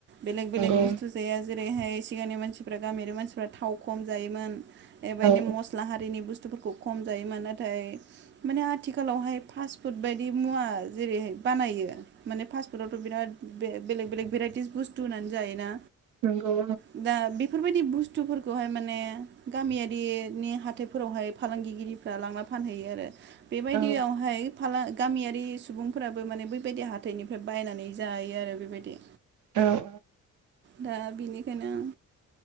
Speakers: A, on the right; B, on the right.
A: बेलेग बेलेग
B: नंगौ
A: बुसथु जाया ओरैहाय सिगांनि मानसिफोरा गामियारि मानसिफोरा थाव खम जायोमोन। बेबायदि
B: औ
A: मस्ला हारिनि बुस्थुफोरखौ खौ खम जायोमोन नाथाय माने आथिखालावहाय फास्टफुड बायदि मुवा जेरैहाय बानायो माने फास्टफुडावथ' बिराद ब बेलेग बेलेग भेराइटिस बुस्थु होनानै जायोना।
B: नंगौ।
A: दा बेफोरबायदि बुस्थुफोरखौहाय माने माने गामियारिनि हाथाइफोरावहाय फालांगिगिरिफ्रा लांना फानहैयो आरो बेबायदियावहाय
B: औ
A: गामियारि सुबुंफोराबो माने बैबायदि हाथाइनिफ्राय बायनानै जायो आरो बेबायदि
B: औ औ
A: दा बेनिखायनो आं